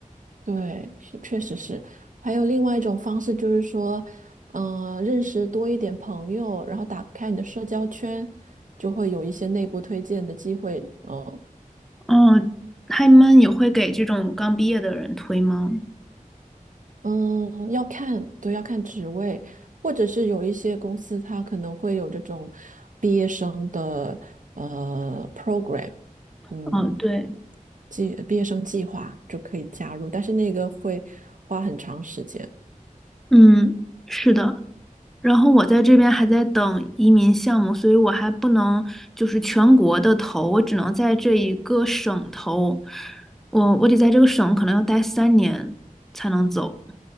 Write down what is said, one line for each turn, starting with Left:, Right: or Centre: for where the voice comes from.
Right: 对，是确实是。还有另外一种方式，就是说，嗯、认识多一点朋友，然后打开你的社交圈，就会有一些内部推荐的机会。嗯、
Centre: 哦，他们也会给这种刚毕业的人推吗？
Right: 嗯、要看，对，要看职位，或者是有一些公司它可能会有这种毕业生的呃 program，嗯，
Centre: 哦，对，
Right: 计毕业生计划就可以加入，但是那个会花很长时间。
Centre: 嗯，是的。然后我在这边还在等移民项目，所以我还不能就是全国的投，我只能在这一个省投。我我得在这个省可能要待三年才能走。